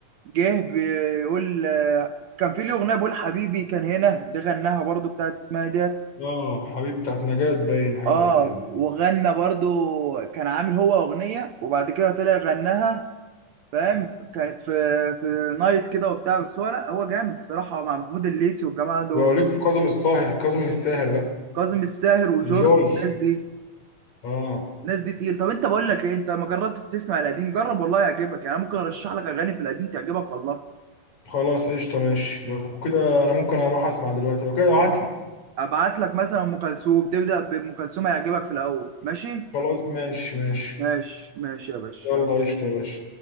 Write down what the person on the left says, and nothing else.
اه حبيب بتاعت نجاة باين حاجه
زي كده
ولو ليك في كاظم الساهر كاظم الساهر بقى
وجورج
اه
خلاص قشطه ماشي لو كده انا ممكن اروح اسمع دلوقتي لو كده ابعت لي
خلاص ماشي ماشي
يلا
قشطه يا باشا